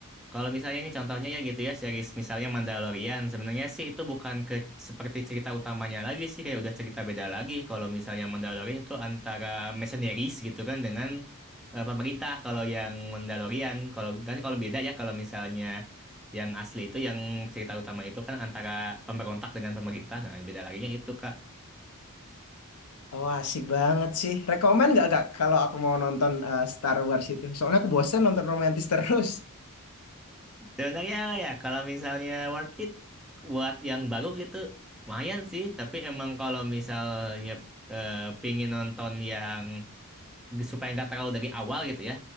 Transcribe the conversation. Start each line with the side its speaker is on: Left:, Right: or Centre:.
Centre: kalau misalnya ini contohnya ya gitu ya, series misalnya Mandalorian, sebenarnya sih itu bukan ke seperti cerita utamanya lagi sih, kayak udah cerita beda lagi. Kalau misalnya Mandalorian itu antara mercenaries gitu kan dengan eh, pemerintah. Kalau yang Mandalorian, kalau kan kalau beda ya kalau misalnya yang asli itu yang cerita utama itu kan antara pemberontak dengan pemerintah. Nah, beda laginya itu Kak.
Left: Oh, asik banget sih. Rekomen nggak Kak kalau aku mau nonton eh, Star Wars itu? Soalnya aku bosen nonton romantis terus.
Centre: Sebenarnya apa ya, kalau misalnya worth it buat yang baru gitu, lumayan sih. Tapi emang kalau misalnya eh, pingin nonton yang supaya nggak terlalu dari awal gitu ya,